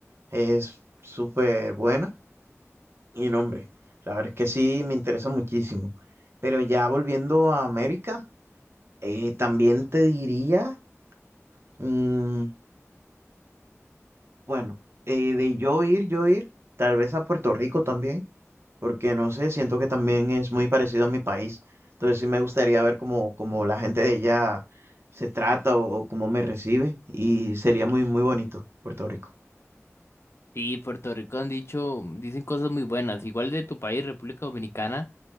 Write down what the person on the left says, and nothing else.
Sí, Puerto Rico han dicho, dicen cosas muy buenas, igual de tu país, República Dominicana.